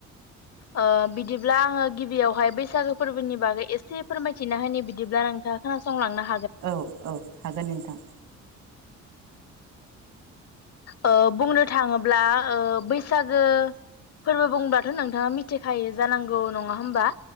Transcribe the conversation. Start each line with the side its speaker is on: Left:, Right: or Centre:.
Left: ओ बिदिब्ला आङो गिबियावहाय बैसागो फोरबोनि बागै एसे फोरमायथिना होनो बिदिब्ला नोंथाङा खोनासंलांनो हा
Right: औ औ हागोन नोंथां।
Left: ओ बुंनो थाङोब्ला ओ बैसागो फोरबो बुंब्लाथ नोंथाङा मिथिखायो जानांगौ नङा होमबा